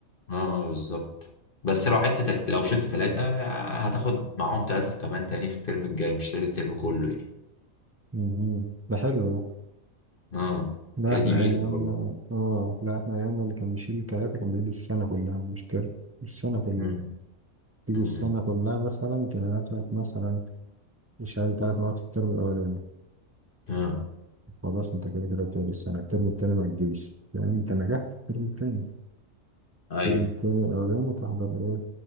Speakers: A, on the left; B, on the right.
A: اه آه، بالظبط بس لو عدت تل- لو شلت ثلاثة هتاخد معاهم ثلاثة كمان تاني في الترم الجاي مش هتعيد الترم كله يعني
B: مهم. ده حلو ده
A: اه
B: لا
A: هي
B: احنا
A: دي ميزة
B: ايامنا
A: برضه
B: اه لا احنا ايامنا اللي كان بيشيل ثلاثة كان بيشيل السنة كلها مش ترم السنة كلها
A: مم،
B: تيجي
A: مم،
B: السنة كلها مثلا تلاقي نفسك مثلا شايل ثلاث مواد في الترم الأولاني
A: اه
B: خلاص انت كده كده بتقعد السنة الترم التاني ما تجيش يعني انت نجحت في الترم التاني
A: ايوه
B: تيجي التاني الأولاني وتحضر إيه